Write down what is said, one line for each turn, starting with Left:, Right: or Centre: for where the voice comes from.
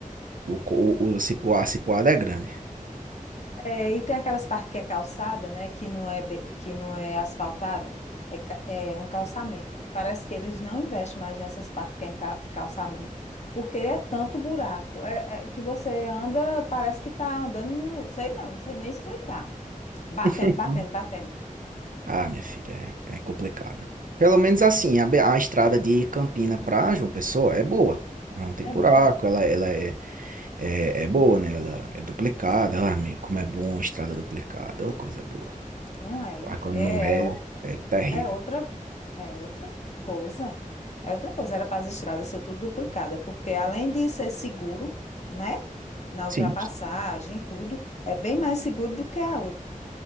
Right: o, co- o, o, a cipuada é grande.
Left: É, e tem aquelas partes que é calçada, né? Que não é, be- que não é asfaltada, é, ca- é um calçamento. Parece que eles não investem mais nessas partes que é em ca- calçamento, porque é tanto buraco, é, é que você anda, parece que está andando, não sei não, não sei nem explicar. Batendo,
Right: Hum.
Left: batendo, batendo.
Right: Ah, minha filha, é, é complicado. Pelo menos assim, a, be- a estrada de Campina pra João Pessoa é boa. Ela não tem buraco,
Left: É boa.
Right: ela, ela é, é, é boa, né? Ela é duplicada. Ah, meu, como é bom estrada duplicada, ô coisa boa.
Left: Não é.
Right: Ah, Quando
Left: É,
Right: não é,
Left: é
Right: é terrível.
Left: É outra, é outra coisa. É outra coisa. Era para as estradas ser tudo duplicada, porque além
Right: Eu-
Left: de ser seguro, né? Na
Right: Sim,
Left: ultrapassagem,
Right: sim.
Left: tudo, é bem mais seguro do que a outra.